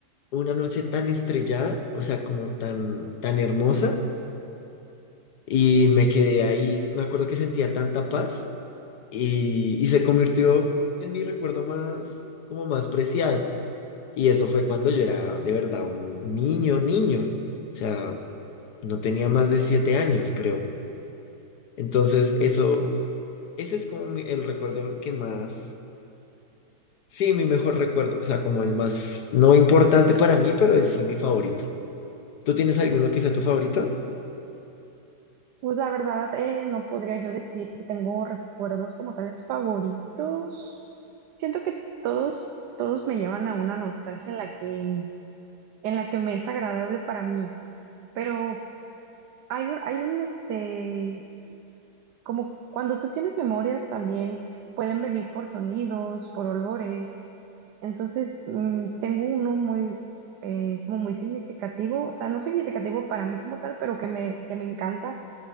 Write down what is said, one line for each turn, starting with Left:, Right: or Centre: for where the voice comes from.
Left: una noche tan estrellada, o sea, como tan, tan hermosa, y me quedé ahí, me acuerdo que sentía tanta paz y, y se convirtió en mi recuerdo más, como más preciado. Y eso fue cuando yo era de verdad un niño, niño, o sea, no tenía más de siete años, creo. Entonces, eso, ese es como mi- el recuerdo que más, sí, mi mejor recuerdo, o sea, como el más, no importante para mí, pero es sí mi favorito. ¿Tú tienes alguno que sea tu favorito?
Right: Pues la verdad, eh, no podría yo decir que tengo recuerdos como tales favoritos. Siento que todos, todos me llevan a una nostalgia en la que, en la que me es agradable para mí. Pero hay un, hay un, este, como cuando tú tienes memorias también pueden venir por sonidos, por olores. Entonces, mm, tengo uno muy, eh, como muy significativo, o sea, no significativo para mí como tal, pero que me, que me encanta